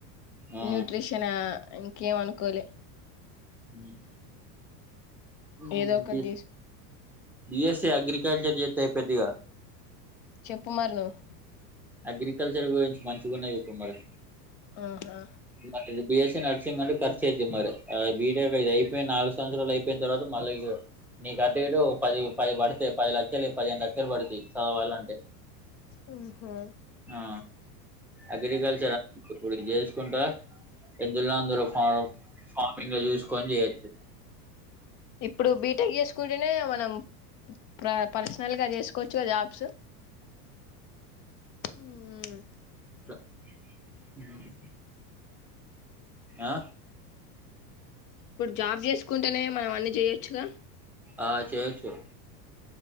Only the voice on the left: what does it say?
న్యూట్రిషనా అ ఇంకేం అనుకోలే
ఏదో ఒకటి
తీస్
చెప్పు మరి నువ్వు
ఆహా
ఆహా.
ఇప్పుడు బీటెక్ చేసుకుంటేనే మనం ప్ర ర్సనల్ గా చేసుకోవోచ్చు గ జాబ్స్. హుమ్.
ఇప్పుడు జాబ్ చేసుకుంటేనే మనం అన్ని చేయొచ్చుగ.